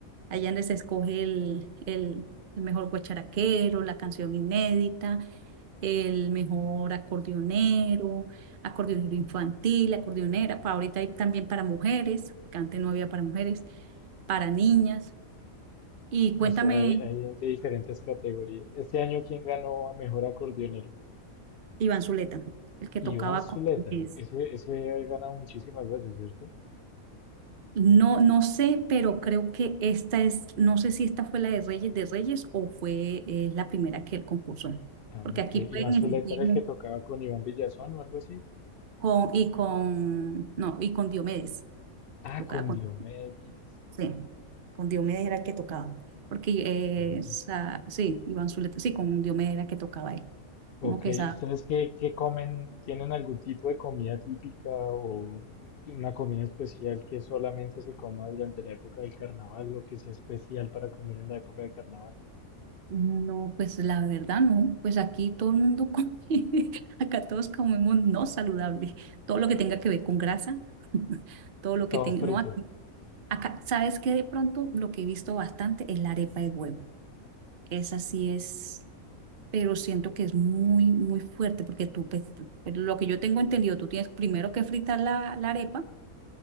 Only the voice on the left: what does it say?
O sea, hay, hay de diferentes categorías. Este año, ¿quién ganó a mejor acordeonero?
Iván
Zuleta.
Ese, ese ha ganado muchísimas veces, ¿cierto?
Ah,
ok.
Iván
Zuleta era el que tocaba con Iván Villazón o algo así.
Ah,
con
Diomedes Díaz.
Ah,
Ok,
¿ustedes qué, qué comen? ¿Tienen algún tipo de comida típica o una comida especial que solamente se coma durante la época del carnaval o que sea especial para comer en la época del carnaval?
Todo
frito.